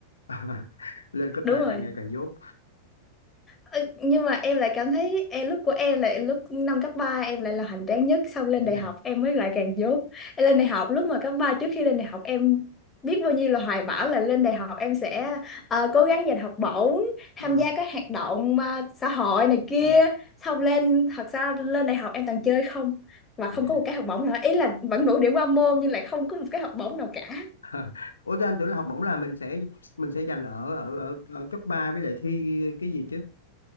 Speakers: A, on the left (about 75°); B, on the left (about 20°).
A: <laughs> lên cấp
B: đúng
A: 3
B: rồi
A: càng ngày càng dốt
B: Ừ, nhưng mà em lại cảm thấy em lúc của em là lúc năm cấp 3 em lại là hoành tráng nhất xong lên
A: vậy
B: đại
A: hả
B: học em mới lại càng dốt em lên đại học lúc mà cấp 3 trước khi lên đại học em biết bao nhiêu là hoài bão là lên đại học em sẽ ờ, cố gắng giành học bổng tham
A: ừ
B: gia các hoạt động ờ, xã hội này kia
A: ừ
B: xong lên thật ra lên đại học em toàn chơi không và
A: Để
B: không có một cái học bổng nào ý là vẫn đủ điểm qua môn nhưng lại không có một cái học bổng nào cả
A: <laughs> Ủa thế anh tưởng là học bổng là mình sẽ mình sẽ dành ở ở ở, ở cấp 3 với lại thi cái gì chứ?